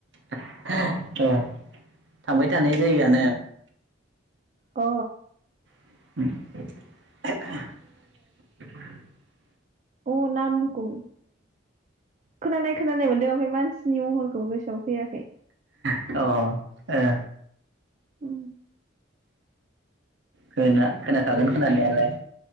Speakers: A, on the right; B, on the right.
A: <unintelligible> थांबाय थानाय जायोआनो।
B: अ।
A: लांदां लांदां
B: अ नामखौ खोनानाय खोनानाय मोनदों ओमफ्राय मानसिनि महर खौ गोसोआव फैयाखै
A: अ ओ
B: लांदां
A: खोना-खोनाखागोन खोनानायालाय